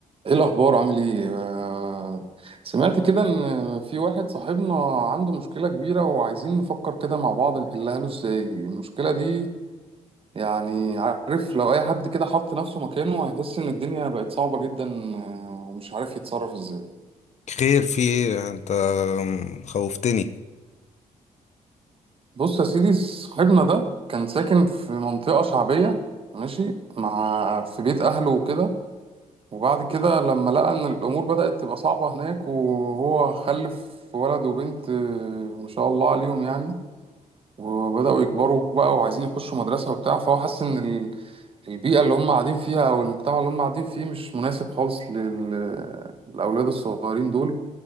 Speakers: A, on the right; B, on the left.
A: ايه الاخبار عامل ايه آه، سمعت كده ان في واحد صاحبنا عنده مشكله كبيره وعايزين نفكر كده مع بعض نحلها له ازاي المشكله دي يعني عارف لو اي حد كده حط نفسه مكانه هيحس ان الدنيا بقت صعبه جدا آه، ومش عارف يتصرف ازاي
B: خير في ايه انت خوفتني
A: بص يا سيدي صاحبنا ده كان ساكن في منطقه شعبيه ماشي مع في بيت اهله وكده وبعد كده لما لقى ان الامور بدأت تبقى صعبة هناك وهو خلف ولد وبنت آه، ما شاء الله عليهم يعني وبدأوا يكبروا بقى وعايزين يخشوا مدرسة وبتاع فهو حس ان ال- البيئة اللي هم قاعدين فيها او المجتمع اللي هم قاعدين فيه مش مناسب خالص لل- للاولاد الصغيرين دول